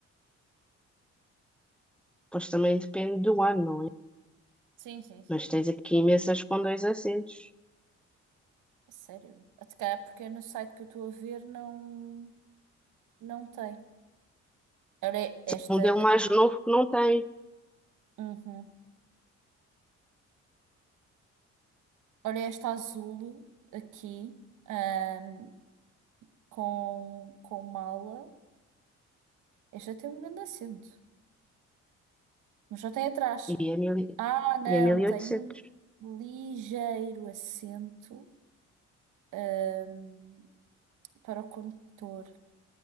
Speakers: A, in the centre; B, on the right.
A: Pois também depende do ano, não é?
B: Sim, sim, sim,
A: Mas
B: sim.
A: tens aqui imensas com dois assentos.
B: A sério. Até cá, porque no site que eu estou a ver não. Não tem. Olha esta.
A: Um modelo
B: eh,
A: mais novo que não tem.
B: uhum. Olha esta azul aqui. ahm, com, com mala. Esta tem um grande acento. Mas só tem atrás.
A: E é mil e
B: Ah, não.
A: e é 1800.
B: Tem um ligeiro acento. ahm, para o condutor.